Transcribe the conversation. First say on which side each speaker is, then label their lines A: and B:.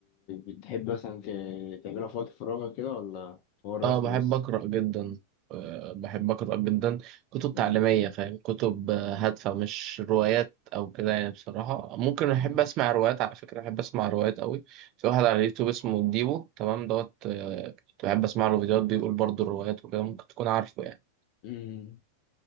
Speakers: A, on the left (about 45°); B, on the right (about 40°).
A: بتحب مثلا ت- تعملها في وقت فراغك كده ولا هو الرسم
B: اه بحب
A: بس
B: اقرا جدا آه، بحب اقرا جدا كتب
A: مم.
B: تعليمية فاهم كتب آه، هادفة مش روايات او كده يعني بصراحة ممكن احب
A: مم.
B: اسمع روايات على فكرة احب اسمع روايات قوي في واحد على اليوتيوب اسمه ديبو تمام دوت آه، كنت بحب اسمع له فيديوهات بيقول برضه الروايات وكده ممكن تكون عارفه يعني
A: مم.